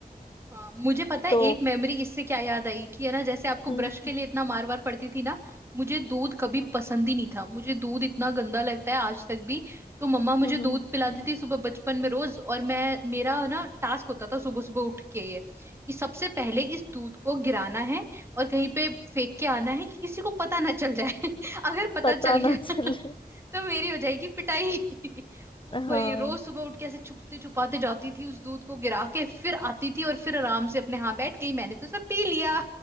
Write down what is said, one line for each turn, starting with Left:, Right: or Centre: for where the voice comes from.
Right: हाँ मुझे पता है
Left: तो
Right: एक मेमोरी इससे क्या याद आई कि है ना जैसे आपको
Left: हम्म
Right: ब्रश
Left: हम्म
Right: के लिए इतना मार वार पड़ती थी ना मुझे दूध कभी पसंद ही नहीं था मुझे दूध इतना गंदा लगता है आज तक भी तो मम्मा मुझे
Left: हम्म,
Right: दूध
Left: हम्म,
Right: पिलाती
Left: हम्म,
Right: थी सुबह बचपन में रोज और मैं मेरा ना टास्क होता था सुबह सुबह उठ के ये कि सबसे पहले इस दूध को गिराना है और कहीं पे फेंक के आना है कि किसी को पता ना चल जाए <laughs> अगर पता
Left: पता
Right: चल गया
Left: ना चले
Right: <laughs> तो मेरी हो जाएगी पिटाई <laughs> ओ भाई
Left: हाँ
Right: रोज सुबह उठ के ऐसे छुपते छुपाते जाती थी उस दूध को गिरा के फिर आती थी और फिर आराम से अपने हाँ बैठ गई मैंने तो सब पी लिया